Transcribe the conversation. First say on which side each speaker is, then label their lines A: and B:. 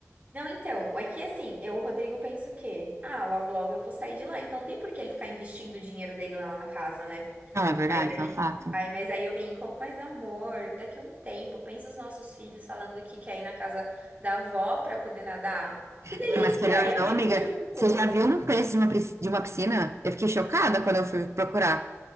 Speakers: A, on the right; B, on the right.
A: Não, então, é que assim, eu, o Rodrigo, penso que, ah, logo, logo eu vou sair de lá, então não tem por que ele ficar investindo o dinheiro dele lá na casa, né?
B: Não, é verdade,
A: Mas aí,
B: tá fato.
A: aí, mas aí eu brinco, mas amor, daqui a um tempo, pensa os nossos filhos falando que quer ir na casa da avó pra poder nadar. Que delícia!
B: É, mas querendo
A: E
B: ou
A: a mãe
B: não, amiga,
A: vai junto.
B: você já viu um preço de uma, pris- de uma piscina? Eu fiquei chocada quando eu fui procurar.